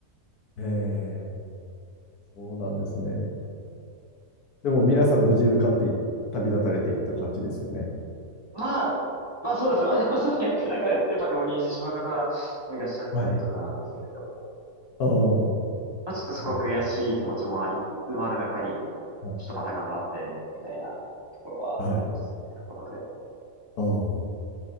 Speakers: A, on the left; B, on the right.
A: ええ、そうなんですね。でも皆さん無事受かってい旅立たれていった感じですよね。
B: まあ、まあそうですね。まあでもちょっとやってる中で、やっぱ浪人してしまう方もいらっしゃったりとかなんですけれども。
A: はい。ああ、は
B: まあちょっとすごく悔しい気持ちもありつつ、
A: い。
B: まあでもやっぱり、
A: はい。
B: ちょっとまた頑張って、みたいなところは思いつつっていうところで。
A: はい。ああ、